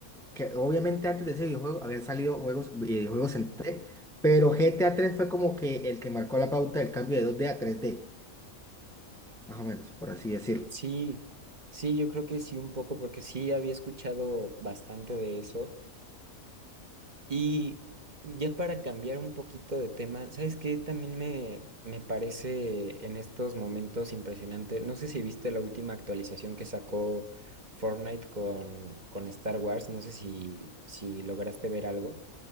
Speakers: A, in the centre; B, on the right.
A: que obviamente antes de ese videojuego habían salido juegos, videojuegos en 3D, pero GTA 3 fue como que el que marcó la pauta del cambio de 2D a 3D, más o menos, por así decirlo.
B: Sí, sí, yo creo que sí un poco, porque sí había escuchado bastante de eso Y ya para cambiar un poquito de tema, ¿sabes qué? También me, me parece en estos momentos impresionante. No sé si viste la última actualización que sacó Fortnite con, con Star Wars. No sé si, si lograste ver algo.